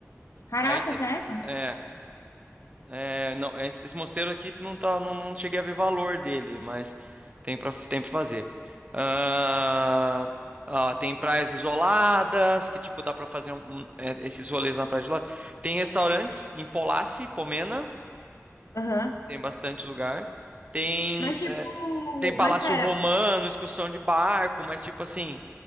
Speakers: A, on the left (about 80°); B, on the right (about 25°).
A: Caraca,
B: Aí tem,
A: sério?
B: é, É, não, esse esse mosteiro aqui não tá, não, não cheguei a ver valor dele, mas tem para tem para fazer. Ah, ah, tem praias isoladas, que tipo dá para fazer um- um, é, esses rolês na praia isolada. Tem restaurantes em Polassi, Pomena,
A: Aham.
B: tem bastante lugar. Tem
A: Mas, tipo...
B: tem Palácio
A: Mas, pera.
B: Romano, excursão de barco, mas tipo assim,